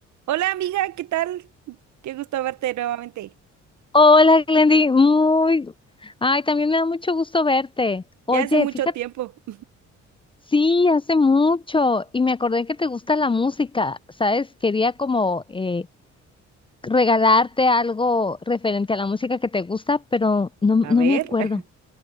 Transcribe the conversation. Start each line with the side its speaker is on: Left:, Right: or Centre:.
Right: Hola amiga, ¿qué tal? Qué gusto verte nuevamente.
Left: Hola, Glendy. Muy. Ay, también me da mucho gusto verte. Oye,
Right: Ya hace mucho
Left: fíjate,
Right: tiempo.
Left: sí, hace mucho y me acordé que te gusta la música, ¿sabes? Quería como eh, regalarte algo referente a la música que te gusta, pero
Right: <laughs>
Left: no, no
Right: A ver.
Left: me acuerdo.
Right: <laughs>